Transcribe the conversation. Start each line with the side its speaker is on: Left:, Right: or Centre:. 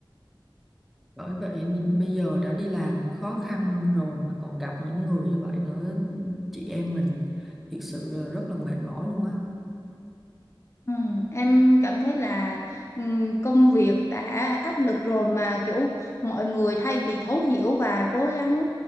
Centre: Bởi vậy bây giờ đã đi làm khó khăn rồi mà còn gặp những người như vậy nữa, chị em mình thực sự là rất là mệt mỏi luôn á.
Left: Ừ, em cảm thấy là ừm, công việc đã áp lực rồi mà kiểu mọi người thay vì thấu hiểu và cố gắng